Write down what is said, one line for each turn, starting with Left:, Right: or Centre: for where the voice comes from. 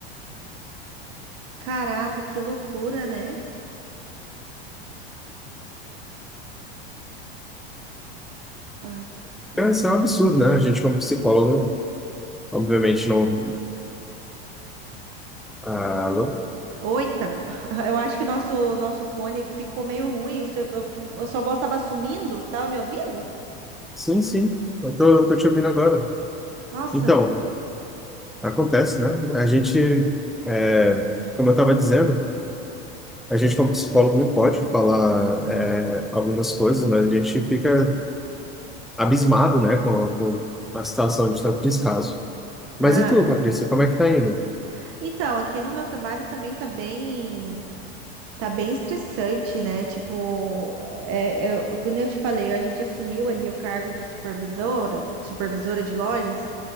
Right: Caraca, que loucura, né? Ah, tá de brincadeira.
Centre: É, Isso é um absurdo, né? A gente, como psicólogo, Obviamente não. Ah, alô?
Right: Oita, <laughs> eu acho que nosso nosso fone ficou meio ruim. O seu, a sua voz estava sumindo. Você estava me ouvindo?
Centre: sim, sim. Eu tô, tô te ouvindo agora.
Right: Nossa,
Centre: Então, acontece, né? A gente, é, como eu estava dizendo, a gente como psicólogo não pode falar é, algumas coisas, mas a gente fica abismado, né, com, com a situação de tanto descaso. Mas
Right: né?
Centre: e tu, Patrícia, como é que tá
Right: É.
Centre: indo?
Right: Então, aqui no meu trabalho também tá bem. Tá bem estressante, né? Tipo, é, eu, como eu te falei, a gente assumiu ali o cargo de supervisora, supervisora de lojas.